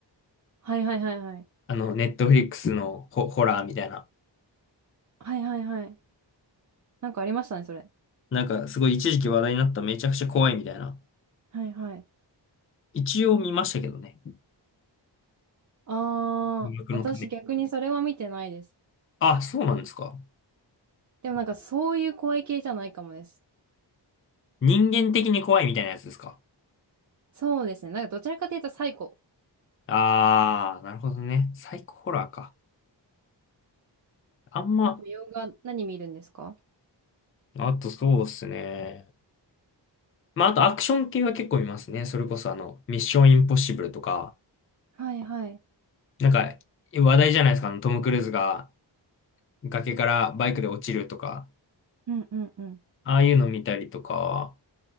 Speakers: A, on the right; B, on the left.
A: はいはいはいはい。
B: あの、ネットフリックスのホ、ホラーみたいな。
A: はいはいはい。なんかありましたね、それ。
B: なんか、すごい一時期話題になっためちゃくちゃ怖いみたいな。
A: はいはい。
B: 一応見ましたけどね。
A: あー、
B: 音楽のため。
A: 私逆にそれは見てないです。
B: あ、そうなんですか。
A: でもなんかそういう怖い系じゃないかもです。
B: 人間的に怖いみたいなやつですか
A: そうですね。なんかどちらかというとサイコ。
B: あー、なるほどね。サイコホラーか。あんま、
A: あと洋画何見るんですか
B: あとそうっすね。まあ、あとアクション系は結構見ますね。それこそあの、ミッションインポッシブルとか、
A: はいはい。
B: なんか話題じゃないですか。あのトム・クルーズが崖からバイクで落ちるとか、
A: うんうんうん。
B: ああいうの見たりとか